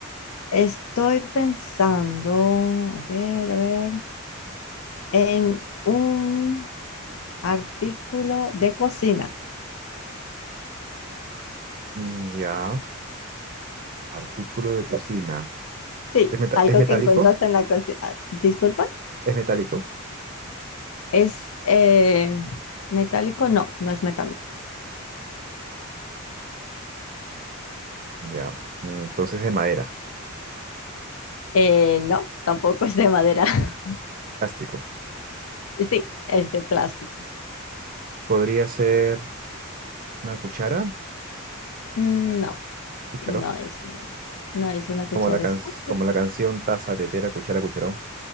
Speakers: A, on the left; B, on the right.
A: Estoy pensando, a ver, a ver, en un artículo de cocina.
B: Mm, Ya. Artículo de cocina.
A: Sí,
B: ¿Es, meta-
A: algo
B: es metálico?
A: que encontraste en la cocina. Ah, Disculpa,
B: ¿Es metálico?
A: ¿es eh, metálico? No, no es metálico.
B: Ya. Mm, Entonces de madera.
A: Eh, no, tampoco es de madera. <laughs>
B: Plástico.
A: Sí, es de plástico.
B: ¿Podría ser una cuchara?
A: Mm, No,
B: ¿Cucharón?
A: no es, no es una cuchara,
B: Como la, can-
A: es plástico.
B: como la canción Taza, tetera, cuchara, cucharón.